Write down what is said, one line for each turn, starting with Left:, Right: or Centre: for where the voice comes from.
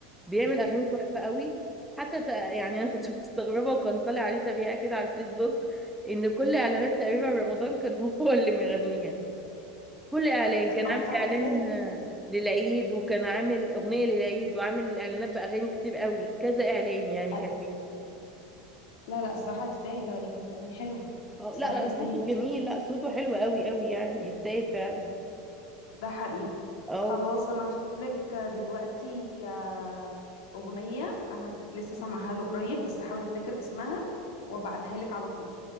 Centre: بيعمل اغاني تحفه قوي حتى ت... يعني انا كنت <laughs> مستغربه وكان طالع عليه تبيعه كده على الفيسبوك ان كل اعلانات تقريبا رمضان كان <laughs> هو اللي مغنيها كل اعلان كان
Left: هو
Centre: عامل
Left: الصراحة
Centre: اعلان
Left: يستاهل
Centre: آه، للعيد وكان عامل اغنيه للعيد وعامل اعلانات باغاني كتير قوي كذا اعلان يعني
Left: آه،
Centre: كان ليه
Left: لا لا الصراحة يستاهل هي كانت اغاني حلوة
Centre: اه
Left: الصراحة
Centre: لا لا
Left: يستاهل
Centre: صوته
Left: جدا
Centre: جميل لا صوته حلو قوي قوي يعني يستاهل فعلا
Left: ده حقيقي
Centre: اه
Left: خلاص انا هشوف لك دلوقتي آه، اغنية انا كنت لسه سامعها له قريب بس هحاول افتكر اسمها وابعتها لك على طول